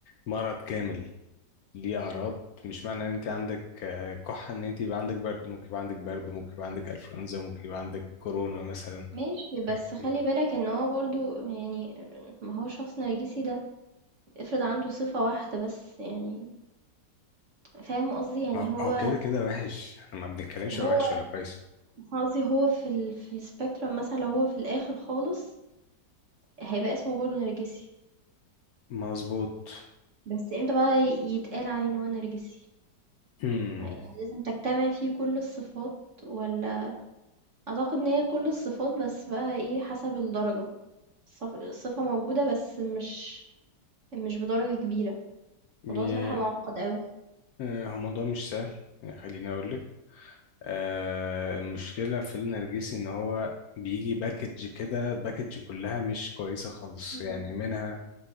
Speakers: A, on the left; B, on the right.
A: مرض كامل ليه أعراض مش معنى ان انت عندك آه، كحة ان انت يبقى عندك برد ممكن يبقى عندك برد ممكن يبقى عندك انفلونزا ممكن يبقى عندك كورونا مثلا
B: ماشي بس
A: حاجات كتير
B: خلي بالك ان هو برضو يعني ما هو شخص نرجسي ده افرض عنده صفة واحدة بس يعني فاهم قصدي يعني
A: ما
B: هو
A: هو كده كده وحش احنا ما بنتكلمش
B: هو
A: هو وحش ولا كويس
B: قصدي هو في ال في السبيكترم مثلًا لو هو في الآخر خالص هيبقى اسمه برضه نرجسي،
A: مظبوط
B: بس امتى بقى يتقال عليه إن هو نرجسي؟
A: امم
B: يعني لازم تجتمع فيه كل الصفات والّا أعتقد إن هي كل الصفات بس بقى إيه حسب الدرجة، الصف الصفة موجودة بس مش مش بدرجة كبيرة،
A: ي-
B: الموضوع صراحة معقد أوي،
A: آه، هو الموضوع مش سهل يعني خليني اقول لك آه المشكله في النرجسي ان هو بيجي باكج كده باكج كلها مش كويسه خالص
B: إمم،
A: يعني منها